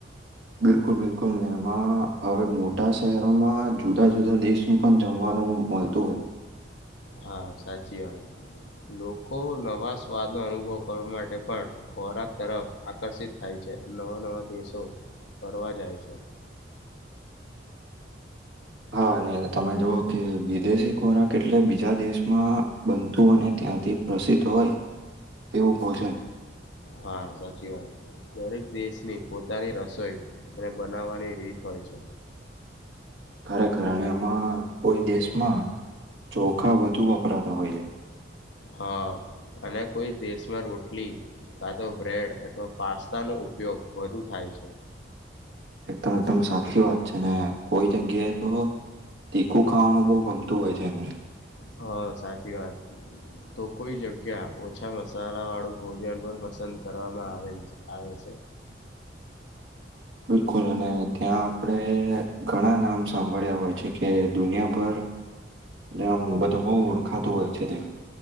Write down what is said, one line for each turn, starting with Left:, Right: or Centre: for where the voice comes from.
Right: બિલકુલ બિલકુલ ને એમાં હવે મોટા શહેરોમાં જુદા, જુદા દેશનું, પણ જમવાનું નુ, મળતું હોય.
Left: હા, સાચી વાત લોકો, નવા સ્વાદનો અનુભવ કરવા માટે પણ ખોરાક તરફ આકર્ષિત થાય છે. અને નવા, નવા દેશો ફરવા જાય છે.
Right: હા, ને તમે જોવ કે વિદેશી ખોરાક, એટલે જ બીજા દેશમા બનતું અને ત્યાંથી, પ્રસિદ્ધ હોય, તેવું ભોજન
Left: હા, સાચી વાત દરેક દેશની, પોતાની રસોઈ અને બનાવવાની રીત હોય છે.
Right: ખરેખર અને એમાં કોઈ, દેશમાં ચોખા વધુ વપરાતા હોય છે.
Left: હા, અને કોઈ દેશમાં રોટલી કા તો બ્રેડ, અથવા પાસ્તા નો ઉપયોગ વધુ થાય છે.
Right: એકદમ, એકદમ સા સાચી વાત છેને, કોઈ જગ્યાએ તો તીખું ખાવાનું બહુ ગમતું હોય છે એમને
Left: હા સાચી વાત. તો કોઈ જગ્યા ઓછા મસાલા વાળું ભોજન પણ પસંદ કરવામાં આવે આવે છે. <inaudible>
Right: બિલકુલ અને ત્યાં આપણે ઘણા નામ સાંભળ્યા હોય છે કે દુનિયાભર ને આમ બધું બહુ ઓળખાતું હોય છે તેમ